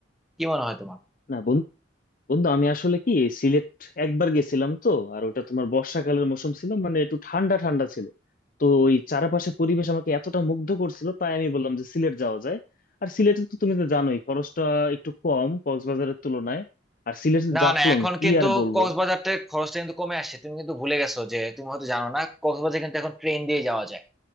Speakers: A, in the centre; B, on the left (about 45°).
A: কি মনে হয় তোমার
B: না বন্ধু বন্ধু আমি আসলে কি সিলেট একবার গেছিলাম তো আর ওটা তোমার বর্ষাকালের মৌসুম ছিল মানে একটু ঠান্ডা ঠান্ডা ছিল তো ওই চারপাশে পরিবেশ আমাকে এতটা মুগ্ধ করছিল তাই আমি বললাম যে সিলেট যাওয়া যায় আর সিলেটে তো তুমি তো জানোই খরচটা একটু কম কক্সবাজারের তুলনায় আর সিলেটের
A: না
B: জাফলং
A: না এখন
B: কি
A: কিন্তু
B: আর বলবো
A: কক্সবাজারতে খরচটা কিন্তু কমে আসছে তুমি কিন্তু ভুলে গেছো যে তুমি হয়তো জানো না কক্সবাজার কিন্তু এখন ট্রেন দিয়ে যাওয়া যায়